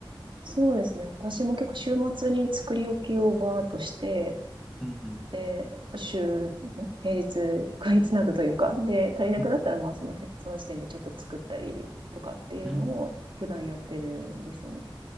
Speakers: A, on the right (about 65°); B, in the centre.
A: そうですね。私も結構週末に作り置きをバーっとして、
B: うんうん。
A: で、週、ん平日買いつなぐというか、で、足りなくなったらまあその辺、
B: うん
A: その時点でちょっと作ったりとかっていうのを普段やってるんですよね。
B: うん。